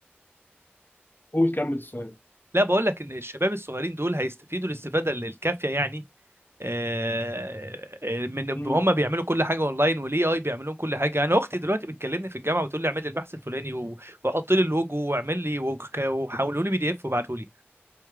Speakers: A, on the left; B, on the right.
A: قول كمل السؤال
B: لا بقول لك ان الشباب الصغيرين دول هيستفيدوا الاستفاده الكافيه يعني آه، آه، من
A: مم.
B: هم بيعملوا كل حاجه اونلاين والاي اي بيعملوا كل حاجه انا اختي دلوقتي بتكلمني في الجامعه بتقول لي اعمل لي البحث الفلاني و- وحط لي اللوجو واعمل لي وك- وحولوا لي بي دي اف وابعته لي